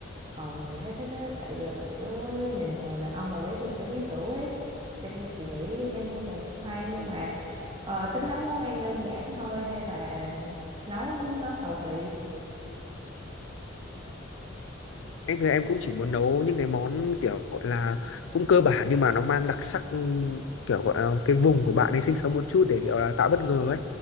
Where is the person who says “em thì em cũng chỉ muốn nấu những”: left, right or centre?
Left